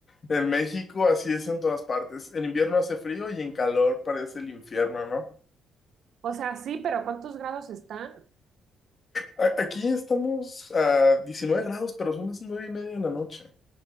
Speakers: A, on the left; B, on the right.
A: en México así es en todas partes, en invierno hace frío y en calor parece el infierno, ¿no?
B: O sea, sí, pero ¿cuántos grados están?
A: A- aquí estamos a diecinueve grados, pero son las nueve y media de la noche,